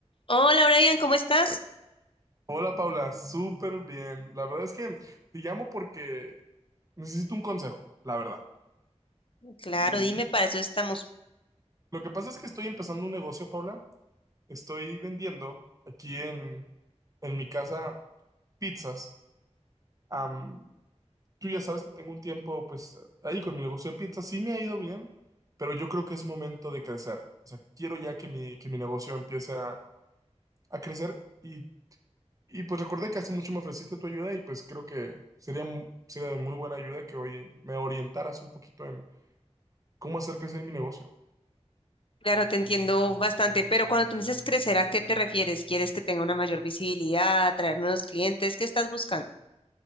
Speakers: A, on the left (about 50°); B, on the right (about 30°).
A: Hola Brian, ¿cómo estás?
B: Hola Paula, súper bien. La verdad es que te llamo porque necesito un consejo, la verdad.
A: Claro,
B: Y
A: dime, para eso estamos.
B: lo que pasa es que estoy empezando un negocio, Paula. Estoy vendiendo aquí en, en mi casa pizzas. Am, tú ya sabes que tengo un tiempo pues ahí con mi negocio de pizzas. Sí me ha ido bien, pero yo creo que es momento de crecer. O sea, quiero ya que mi, que mi negocio empiece a, a crecer. Y Y pues recordé que hace mucho me ofreciste tu ayuda y pues creo que sería, mu- sería de muy buena ayuda que hoy me orientaras un poquito en cómo hacer crecer mi negocio.
A: Claro, te entiendo bastante, pero cuando tú me dices crecer, ¿a qué te refieres? ¿Quieres que tenga una mayor visibilidad, atraer nuevos clientes? ¿Qué estás buscando?